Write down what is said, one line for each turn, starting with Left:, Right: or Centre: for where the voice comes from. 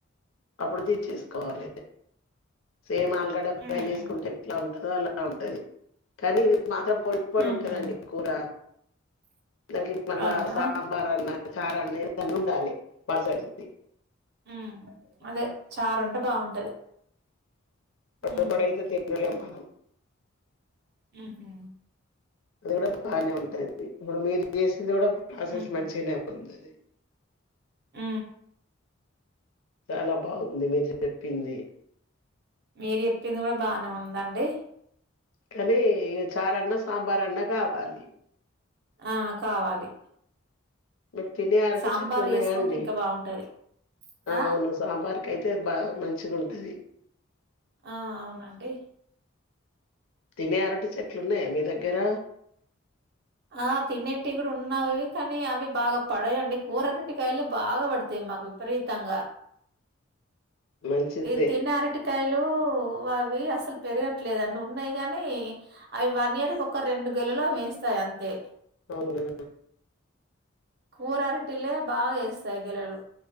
Left: అప్పుడు దించేేసుకోవాలి సేమ్ ఆలుగడ్డ
Right: ఉమ్
Left: ఫ్రై చేసుకుంటే ఎట్లా ఉంటదో అలా ఉంటది కానీ ఇది మాత్రం పొడి పొడి
Right: ఉహు
Left: ఉంటదండి కూర దానికి మళ్ళా
Right: అవునా
Left: సాంబార్ అన్నా చారా అన్న ఏదన్న ఉండాలి పలసటిది
Right: ఉ అదే చారు ఉంటే బాగుంటది
Left: పొడి
Right: ఉమ్
Left: పొడైతే తినలేం మనం
Right: ఉహు
Left: అది కూడా బాగానే ఉంటది ఇప్పుడు మీరు చేస ఇది కూడా ప్రాసెస్
Right: ఉహు
Left: మంచిగానే ఉందది
Right: ఆ
Left: చాలా బాగుంది మీరు చెప్పింది
Right: మీరు చెప్పింది కూడా బానే ఉందండి
Left: కానీ ఇగ చారన్న సాంబారన్న కావాలి
Right: ఆ కావాలి
Left: మీకు తినే అరటి
Right: సాంబార్
Left: చెట్లు ఉన్నాయా
Right: చేసుకుంటే
Left: అండి
Right: ఇంకా బాగుంటది ఆ
Left: అవును సాంబార్ ైతే బాగా మంచిగ ఉంటది
Right: ఆ అవునండి
Left: తినే అరటి చెట్లున్నాయా మీ దగ్గర
Right: ఆ తిినేటి కూడా ఉన్నావి కానీ అవి బాగా పడయండి కూర ఆరటికాయలే బాగా పడతాయి మాకు విపరీతంగా
Left: మంచిదే.
Right: ఈ తిన్న ఆరటి కాయలు లు అవి అసలు పెరగట్లేదండి ఉన్నాయి గానీ అవి వన్ ఇయర్ కి ఒక రెండు గెలులు అవి వేస్తాయి అంతే
Left: అవునా
Right: కూరరటిలే బాగా ఏస్తాయి గెలలు